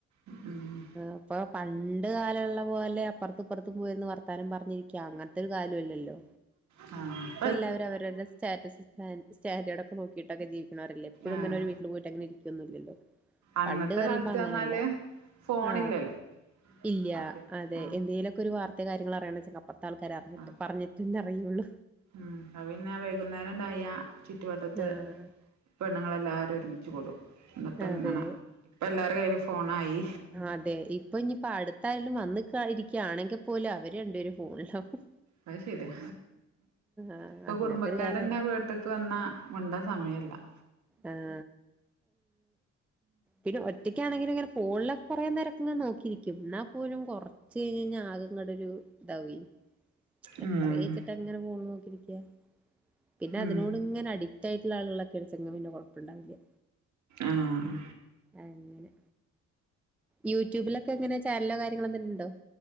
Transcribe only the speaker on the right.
ഉം
ആ
ആഹ്
അന്നത്തെ
കാലത്ത്
പറഞ്ഞാല് ഫോണില്ലല്ലോ
അപ്പ
ആഹ്
ആ
ഉം <unintelligible> വൈകുന്നേരം ഇണ്ടായാ ചുറ്റുവട്ടത്ത്
പെണ്ണുങ്ങളെല്ലാരും ഒരുമിച്ചുകൂടും <unintelligible> ഇങ്ങനെ
ഇപ്പ എല്ലാരുടേം കയ്യില് ഫോണായി
അത് ശരിയാ
ഇപ്പൊ
കുടുംബക്കാരന്നെ
വീട്ടിക്ക് വന്നാ മിണ്ടാൻ സമയില്ലാ
ഉം
ഉം
ആഹ്